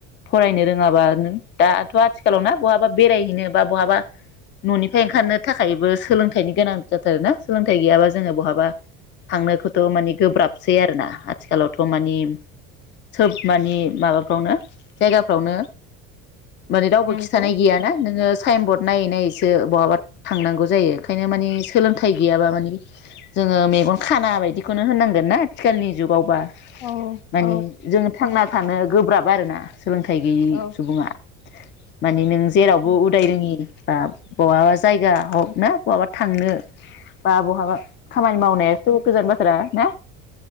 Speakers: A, on the left; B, on the left.
A: फरायनो रोङाबा नों दाथ' आथिखालाव ना बहाबा बेरायहैनो बा बहाबा न'निफ्राय ओंखारनो थाखायबो सोलोंथाइनि गोनां जाथारोना सोलोंथाइ गैयाबा जोङो बहाबा थांनोखौथ' माने गोब्राबसै आरोना आथिखालावथ' मानि सोब मानि माबाफ्रावनो जायगाफ्रावनो माने रावबो
B: नंगौ
A: खिन्थानाय गैयाना नोङो साइन बर्ड नायै नायैसो बहाबा थांनांगौ जायो ओंखायनो मानि सोलोंथाइ गैयाबा मानि जोङो मेगन खाना बायदिखौनो होनांगोन ना आथिखालनि जुगावबा
B: औ
A: माने
B: औ
A: जोङो थांना थानो गोब्राब आरोना सोलोंथाइ गैयि
B: औ औ
A: सुबुङा माने नों जेरावबो उदाय रोङि बा बहाबा जायगा ह ना बहाबा थांनो बा बहाबा खामानि मावनाय गोजान बाथ्रा ना